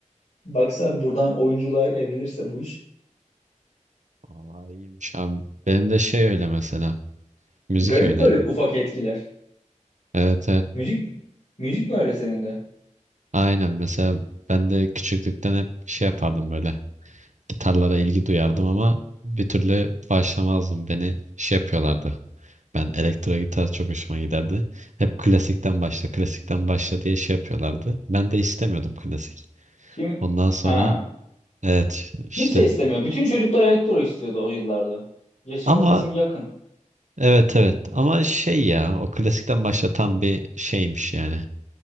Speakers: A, on the left; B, on the right.
A: Baksana buradan oyunculuğa evrilirse bu iş.
B: Vallahi iyiymiş abi. Benim de şey öyle mesela. Müzik
A: Garip
B: öyle.
A: böyle ufak etkiler.
B: Evet evet.
A: Müzik müzik mi öyle senin de?
B: Aynen mesela ben de küçüklükten hep şey yapardım böyle. Gitarlara ilgi duyardım ama bir türlü başlamazdım. Beni şey yapıyorlardı. Ben elektro gitar çok hoşuma giderdi. Hep klasikten başla, klasikten başla diye şey yapıyorlardı. Ben de istemiyordum klasik.
A: Kim
B: Ondan sonra
A: ha
B: evet
A: kimse
B: işte
A: istemiyor. Bütün çocuklar elektro istiyordu o yıllarda. Yaşımız
B: ama
A: bizim yakın.
B: evet evet ama şey ya o klasikten başlatan bir şeymiş yani.